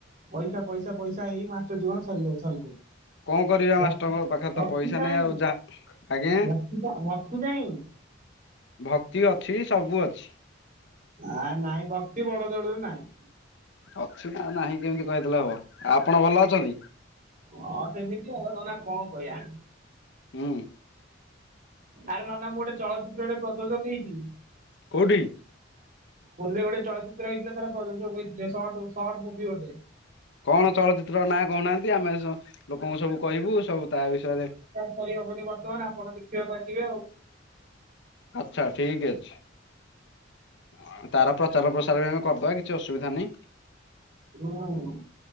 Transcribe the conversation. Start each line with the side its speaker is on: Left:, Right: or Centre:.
Right: ପଇସା ପଇସା ପଇସା ହେଇ ମାଷ୍ଟର୍ ଜୀବନ ସରିଗ ସରିଯିବ
Left: କଣ କରିବା
Right: ଭ-
Left: ମାଷ୍ଟରଙ୍କ ପାଖରେ ତ
Right: ଭକ୍ତି
Left: ପଇସା
Right: କାଇଁ
Left: ନାହିଁ ଆଉ ଯାହା ଆଜ୍ଞା
Right: ଭକ୍ତି କା- ଭକ୍ତି କାଇଁ
Left: ଭକ୍ତି ଅଛି ସବୁ ଅଛି
Right: ଆ ନାଇଁ ଭକ୍ତି ବଡ ଦେଉଳରେ ନାଇଁ
Left: ଅଛି ନା ନାହିଁ କେମିତି କହିଦେଲେ ହବ, ଆଉ ଆପଣ ଭଲ ଅଛନ୍ତି?
Right: ହଁ ସେମିତି ଅ, ନନା କଣ କଇବା?
Left: ହୁଁ।
Right: ଆରେ ନନା ମୁଁ ଗୋଟେ ଚଳଚିତ୍ର ରେ ପ୍ରଯୋଜକ ହେଇଚି।
Left: କୋଉଠି?
Right: ପୁରୀରେ ଗୋଟେ ଚଳଚିତ୍ର ହେଇଥିଲା ତାର ପ୍ରଯୋଜକ ହେଇଥିଲେ, ଶର୍ଟ ଶର୍ଟ ମୁଭି ଗୋଟେ।
Left: କଣ ଚଳଚିତ୍ର ନାଁ କହୁନାହାଁନ୍ତି, ଆମେ ସ-ଲୋକଙ୍କୁ ସବୁ କହିବୁ ସବୁ ତା ବିଷୟରେ।
Right: କହି ହବନି ବର୍ତ୍ତମାନ ଆପଣ ଦେଖିବାକୁ ଆସିବେ ଆଉ।
Left: ଆଚ୍ଛା ଠିକ ଅଛି। ହଁ ତାର ପ୍ରଚାର ପ୍ରସାର ବି ଆମେ କରିଦବା କିଛି ଅସୁବିଧା ନାହିଁ।
Right: ହଁ, ହଁ।